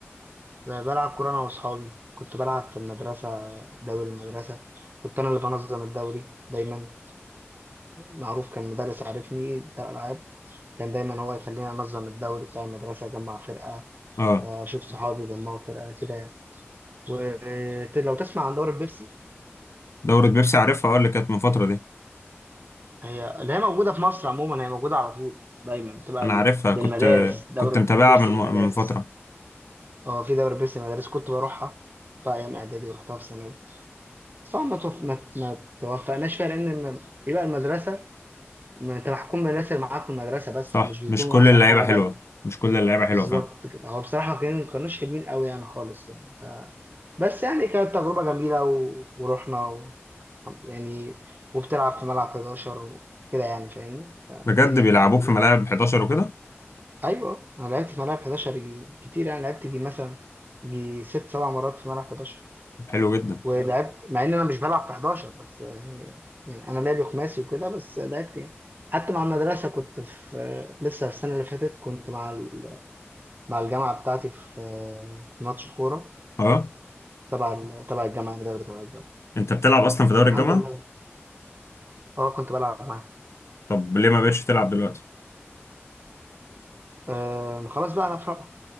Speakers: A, on the right (about 45°); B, on the left (about 75°).
A: بلعب كورة أنا وأصحابي كنت بلعب في المدرسة دوري المدرسة كنت أنا اللي بنظم الدوري دايما معروف كان مدرس عارفني بتاع الألعاب كان دايما هو يخليني أنظم الدوري بتاع المدرسة أجمع فرقة
B: آه.
A: آه، أشوف صحابي يجمعوا فرقة كده يعني ولو تسمع عن دوري البيبسي
B: دورة بيبسي عارفها اه اللي كانت من فترة دي
A: هي اللي هي موجودة في مصر عموما هي موجودة على طول دايما بتبقى
B: انا
A: ال-
B: عارفها كنت
A: للمدارس دورة
B: كنت متابعها
A: بيبسي
B: من من
A: للمدارس
B: فترة
A: اه في دورة بيبسي للمدارس كنت بروحها في أيام إعدادي ورحتها في ثانوي طبعا ما توف... ما ت- ما توفقناش فيها لأن ما- يبقى المدرسة ما أنت محكوم بالناس اللي معاك في المدرسة بس
B: صح
A: فمش بيكونوا
B: مش كل
A: أحسن
B: اللعيبة
A: حاجة
B: حلوة
A: دايما
B: مش كل اللعيبة حلوة
A: بالظبط
B: فاهم
A: كده هو بصراحة كان- ما كانوش حلوين قوي يعني خالص يعني ف... بس يعني كانت تجربة جميلة و... ورحنا و... يعني وبتلعب في ملعب 11 وكده يعني فاهمني فالدنيا
B: بجد بيلعبوك
A: كانت جميلة
B: في ملاعب
A: يعني.
B: 11 وكده
A: ايوه انا لعبت في ملاعب 11 جي كتير يعني لعبت جي مثلا جي ست سبع مرات في ملعب 11
B: حلو جدا
A: لا ولعبت مع ان انا مش بلعب في 11 بس هي- يعني انا لعبي خماسي وكده بس لعبت يعني حتى مع المدرسه كنت في آه، لسه السنه اللي فاتت كنت مع ال- مع الجامعه بتاعتي في آه، في ماتش كوره
B: اه
A: تبع ال- تبع الجامعه يعني دوري تبع الجامعه
B: انت بتلعب اصلا في دوري
A: والحمد
B: الجامعة
A: لله اه كنت بلعب معاه
B: طب ليه ما بقتش تلعب دلوقتي
A: آه خلاص بقى انا في رابعه